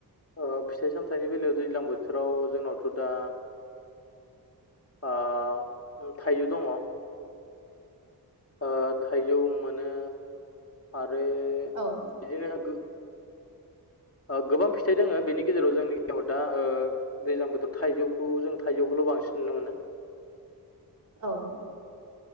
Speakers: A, on the left; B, on the right.
A: ओ फिथाइ सामथाइनि बेलायाव दैज्लां बोथोराव जोंनावथ दा आ थाइजौ दङ ओ थाइजौ मोनो आरो
B: औ
A: बिदिनो
B: <inaudible>
A: ओ गोबां फिथाइ दोङो बेनि गेजेराव जोंनि गेजेराव दा ओ दैजां बोथोर थाइजौखौ जों थाइजौ बेखौल' बांसिन नुनो मोनो
B: <unintelligible> औ